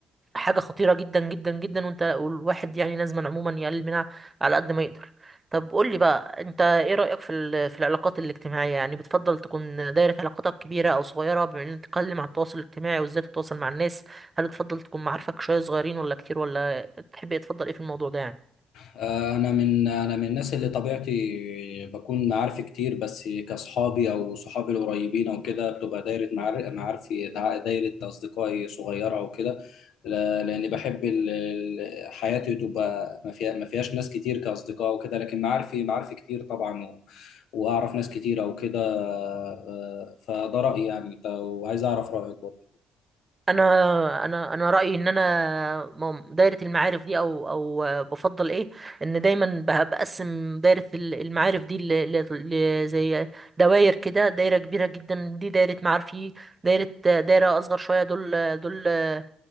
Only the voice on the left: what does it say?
انا من انا من الناس اللي طبيعتي بكون معارفي كتير بس كاصحابي او صحابي القريبين او كده بتبقى دايره معار- معارفي دع- دايره اصدقائي صغيره او كده ل- لاني بحب ال- ال- حياتي تبقى ما فيها ما فيهاش ناس كتير كاصدقاء وكده لكن معارفي معارفي كتير طبعا و- واعرف ناس كتير او كده آه، فده رايي يعني إنت- وعايز اعرف رايك برضه